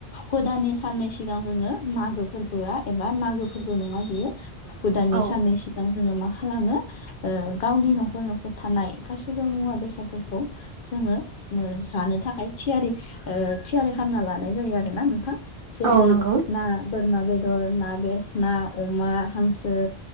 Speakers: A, on the left; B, on the right.
A: हुदानि साननै सिगां जोङो मागो फोरबोआ एबा मागो फोरबो नङा बियो फुखु दानि
B: औ
A: साननैसो जोङो मा खालामो ओ गावनि न'खर न'खर थानाय गासैबो मुवा बेसादफोरखौ जोङो ओ जानो थाखाय थियारि ओ थियारि खामना लानाय जायो आरो। ना नोंथां जेरै
B: औ नंगौ
A: ना बोरमा बेदर ना बे ना अमा हांसो